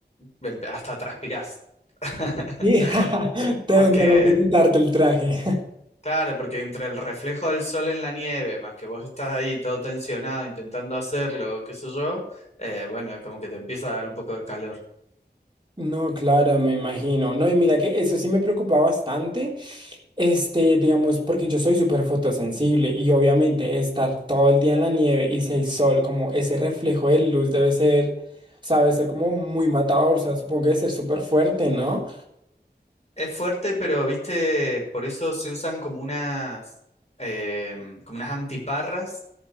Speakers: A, on the left; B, on the right.
A: em- hasta transpirás. <laughs>
B: Y <laughs> te
A: Porque,
B: dan ganas de quitarte el traje.
A: claro, porque entre el reflejo del sol en la nieve, más que vos estás ahí todo tensionado intentando hacerlo, qué sé yo, eh, bueno, como que te empieza a dar un poco de calor.
B: No, claro, me imagino. No, y mira que eso sí me preocupa bastante. Este, digamos, porque yo soy súper fotosensible y obviamente estar todo el día en la nieve y si hay sol, como ese reflejo de luz debe ser, sabe, ser como muy matador, o sea, supongo que debe ser súper fuerte, ¿no?
A: Es fuerte, pero viste, por eso se usan como unas, em, como unas antiparras